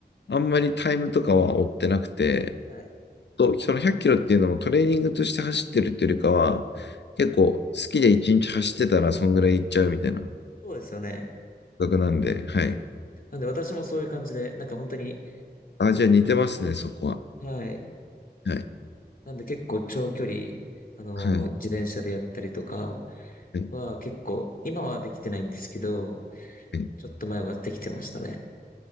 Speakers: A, on the left (about 75°); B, on the left (about 55°).
A: あんまりタイムとかは追ってなくて、
B: はい。
A: と、その100キロっていうのもトレーニングとして走ってるっていうよりかは、結構好きで1日走ってたらそんぐらい行っちゃうみたいな感
B: そうですよね。
A: 覚なんで、はい。
B: なんで私もそういう感じで、なんか本当に、
A: あ、じゃあ似てますね、そこは。
B: はい。
A: はい。
B: なんで結構長距離、あのー、
A: はい。
B: 自転車でやったりとか
A: はい。
B: は結構、今はできてないんですけど、
A: はい
B: ちょっと前はできてましたね。